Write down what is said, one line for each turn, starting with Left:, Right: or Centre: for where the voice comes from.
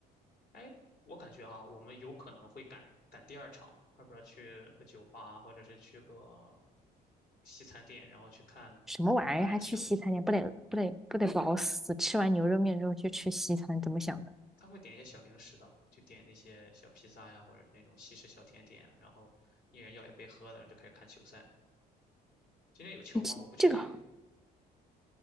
Left: 哎，我感觉哈，我们有可能会赶赶第二场，要不然去个酒吧，或者是去个西餐店，然后去看
Centre: 什么玩意儿还去西餐店，
Left: 篮球。
Centre: 不得不得不得饱死！吃完牛肉面之后去吃西餐，怎么想的？
Left: 他会点一些小零食的，就点那些小披萨呀，或者是那种西式小甜点啊，然后一人要一杯喝的，然后就开始看球赛。今天有球吗？
Centre: 你这这个好
Left: 我不确定，